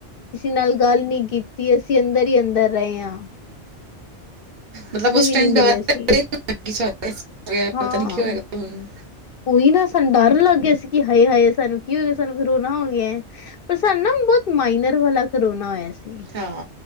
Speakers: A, on the left (about 60°); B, on the right (about 45°).
A: ਨਾਲ ਗੱਲ ਨੀ ਕੀਤੀ ਅਸੀ ਅੰਦਰ ਈ ਅੰਦਰ ਰਏ ਆਂ।
B: ਮਤਲਬ ਉਸ ਟਾਈਮ
A: ਨਹੀਂ ਮਿਲੇ
B: ਡਰ
A: ਸੀ
B: <inaudible> ਪਤਾ
A: ਹਾਂ
B: ਨੀ ਹੀ ਹੋਏਗਾ ਹੁਣ?
A: ਉਹੀ ਨਾ ਸਾਨੂੰ ਡਰ ਲੱਗ ਗਿਆ ਸੀ ਕਿ ਹਾਏ-ਹਾਏ ਸਾਨੂੰ ਕੀ ਹੋ ਗਿਆ ਸਾਨੂੰ ਫਿਰ ਕਰੋਣਾ ਹੋ ਗਿਆ ਐ। ਪਰ ਸਨ ਨਾ ਬਹੁਤ ਮਾਈਨਰ ਵਾਲਾ ਕਰੋਨਾ ਹੋਇਆ ਸੀ।
B: ਹਾਂ